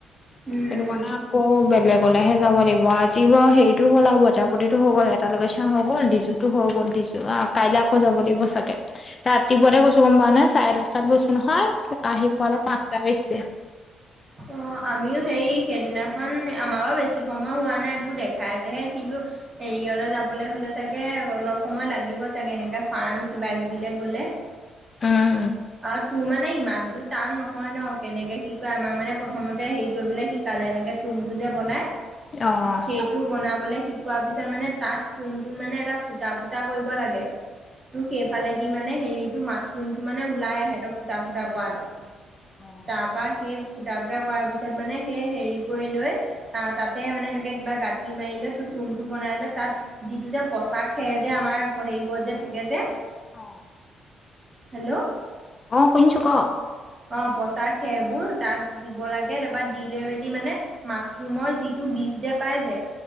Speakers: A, on the right; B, on the left.
A: উম,
B: সেইটো কানে আকৌ বেলেগ গলেহে যাব লাগিব আজি বাৰু হেৰিটো হ'ল আৰু বজাৰ প্ৰতিতো হৈ গ'ল এটালৈকে চা হৈ গল টো হৈ গ'ল দিছো আহ কাইলৈ আকৌ যাব লাগিব চাগে ৰাতিপুৱাতে গৈছো গম পাৱ নে চাৰে দহটাত গৈছো নহয় আহি পোৱালে পাঁচটা বাজিছে
A: অ আমিও সেই সেইদিনাখন আমাৰ বা বেছি সময় হোৱা নাই তোৰ দেখাইছেহে হেৰিয়লে যাবলৈ হলে চাগে অলপ সময় লাগিব চাগে এনে ফাৰ্ম কিবা কিবি লে গ'লে
B: উম
A: আৰু তোৰ মানে ইমানতো টান নহয় ন কেনেকে কি কয় আমাক মানে প্ৰথমতে হেৰি কৰিবলৈ শিকালে এনেকে তুমটো যে বনাই
B: অ',
A: সেইটো বনাবলে শিকোৱাৰ পিছত মানে তাত তুম তুত মানে এটা ফুটা ফুটা কৰিব লাগে তোৰ সেইফালেদি মানে মানে হেৰিটো মাছৰুমটো মানে ওলাই আহে ত ফুটা ফুটা কৰাটোত
B: অ',
A: তাৰপৰাই সেই ফুটা ফুটা কৰাৰ পিছত মানে সেই হেৰি কৰি লৈ আহ তাতে মানে এনেকে কিবা গাঁঠি মাৰি লৈ তুমটো বনাই লৈ তাত যিটো যে পচা খেৰ যে আমাৰ হেৰিবোৰত যে থাকে যে
B: অ
A: হেল্ল'
B: অ শুনিছো ক
A: অ পচা খেৰবোৰ তাত দিব লাগে তাৰপৰা দি লৈ মেলি মানে মাছৰুমৰ যিটো বীজ যে পাই যে